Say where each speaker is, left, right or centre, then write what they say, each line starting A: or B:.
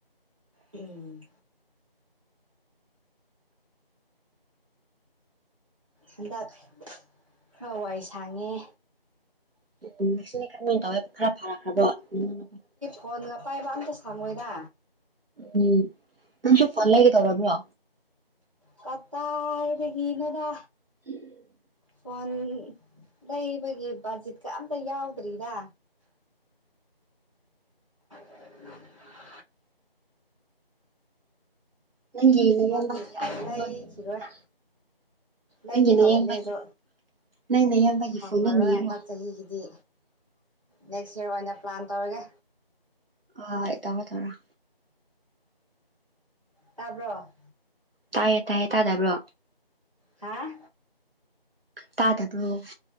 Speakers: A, on the right (about 30°); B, on the right (about 70°).
A: ꯎꯝ꯫ ꯍꯟꯗꯛ ꯈꯔ ꯋꯥꯏ ꯁꯥꯡꯉꯦ꯫
B: <inaudible>
A: ꯐꫭꯟꯒ ꯄꯥꯏꯕ ꯑꯝꯇ ꯁꯪꯑꫭꯏꯗꯥ꯫
B: ꯎꯝ ꯅꯁꯨ ꯐꫭꯟ ꯂꯩꯒꯦ ꯇꯧꯔꯕ꯭ꯔꯣ꯫
A: ꯀꯗꯥꯏꯗꯒꯤꯅꫭꯗ꯫
B: <inaudible>
A: ꯐꯣꯟ ꯂꯩꯕꯒꯤ ꯕꯖꯤꯠꯀ ꯑꯝꯇ ꯌꯥꯎꯗ꯭ꯔꯤꯗꯥ꯫ <inaudible>
B: ꯅꯪꯒꯤ ꯅꯌꯥꯝꯕꯒꯤ
A: ꯐꫭꯟ
B: ꯑꯥꯏꯐꯣꯟꯗꯣ
A: ꯂꯩꯈꯤꯔꯣꯏ
B: ꯅꯤꯅꯤꯡꯕ
A: ꯂꯩꯒꯦ
B: ꯅꯪꯒꯤ ꯅꯌꯥꯝꯕꯒꯤ
A: ꯇꯧꯕꯅꯦ ꯑꯗꯣ
B: ꯅꯪ ꯅꯌꯥꯝꯕꯒꯤ
A: ꯐꯪꯉꯔꯣꯏ
B: ꯐꯣꯟꯗꯣ ꯅꯤꯔꯣ
A: ꯍꯟꯗꯛ ꯆꯍꯤꯒꯤꯗꯤ꯫ ꯅꯦꯛꯁ ꯌꯔ ꯑꯣꯏꯅ ꯄ꯭ꯂꯥꯟ ꯇꯧꯔꯒꯦ꯫
B: ꯍꯥꯏ ꯇꯧꯔꫭ ꯇꯧꯔꫭ꯫
A: ꯇꯥꯕ꯭ꯔꯣ꯫
B: ꯇꯥꯏꯌꯦ ꯇꯥꯏꯌꯦ ꯇꯥꯗꯕ꯭ꯔꯣ꯫
A: ꯍꯥ꯫
B: ꯇꯥꯗꯕ꯭ꯔꯣ꯫